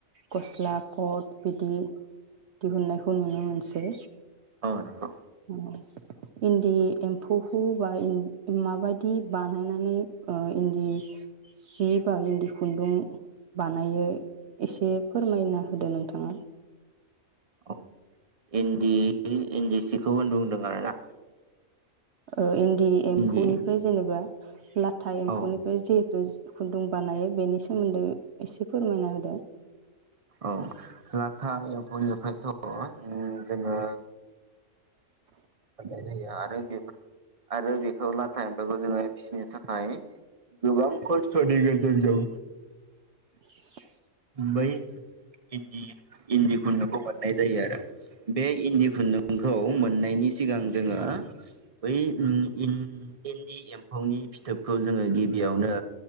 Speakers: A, on the right; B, on the right.
A: गस्ला कट बिदि दिहुननायखौ नुनो मोनसै।
B: औ नंगौ
A: औ। इन्दि एम्फौखौ बा इन्द माबायदि बानायनानै ओ इन्दि सि बा इन्दि खुन्दुं बानायो एसे फोरमायना होदो नों? थाङा।
B: औ इन्दि इन्दि सिखौ होन बुंदों आरोना?
A: ओ इन्द दि एम्फौ
B: इन्दि
A: निफ्राय जेनेबा ब्ला। थाइ एम्फौनिफ्राय
B: औ
A: जिहेतु खुन्दुं बानायो बेनि सोमोन्दै एसे फोरमायना होदो?
B: औ लाथा एम्फौनिफ्रायथ' उम जोङो लानाय जायो आरो बेफोर आरो बेखौ लाथा एम्फौखो जोङो फिसिनो थाखाय गोबां खस्थ'नि गेजेरजों
A: <inaudible>
B: बै इन्दि इन्दि खुन्दुंखौ मोननाय जायो आरो बे इन्दि खुन्दुंखौ मोननायनि सिगां जोङो बै उम इन्द इन्दि एम्फौनि फिथोबखौ जोङो गिबियावनो